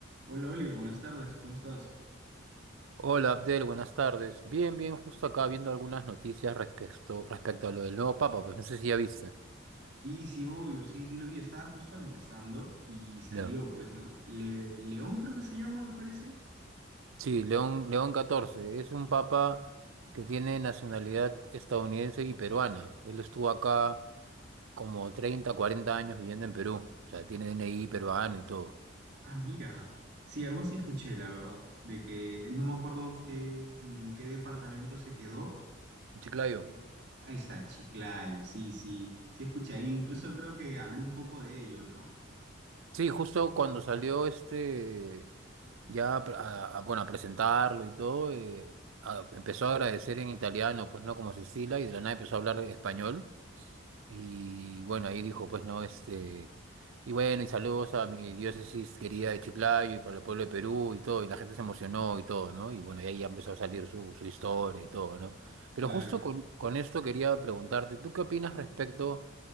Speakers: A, on the right; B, on the right.
A: Hola Oliver, buenas tardes, ¿cómo estás?
B: Hola Abdel, buenas tardes. Bien, bien, justo acá viendo algunas noticias respecto, respecto a lo del nuevo papa, pues no sé si ya viste.
A: Sí, sí, obvio, sí, sí lo vi, estaba justo almorzando y salió,
B: Ya.
A: pues, ¿no? Le- León creo que se llama, me parece.
B: Sí, León, León catorce Es un papa que tiene nacionalidad estadounidense y peruana. Él estuvo acá como 30, 40 años viviendo en Perú. O sea, tiene DNI peruano y todo.
A: Ah, mira, sí, algo así escuché, la verdad, de que no me acuerdo qué, en qué departamento se quedó.
B: Chiclayo.
A: En... Ahí está, Chiclayo, sí, sí, sí escuché ahí, incluso creo que habló un poco de ello, ¿no?
B: Sí, justo cuando salió este. Ya a, a- bueno, a presentarlo y todo, eh, a- empezó a agradecer en italiano, pues no como Cecilia, y de la nada empezó a hablar español. Y bueno, ahí dijo, pues no, este, y bueno, y saludos a mi diócesis querida de Chiclayo y para el pueblo de Perú y todo, y la gente se emocionó y todo, ¿no? Y bueno, y ahí ya empezó a salir su, su historia y todo, ¿no? Pero
A: Claro,
B: justo con, con esto quería preguntarte, ¿tú qué opinas respecto,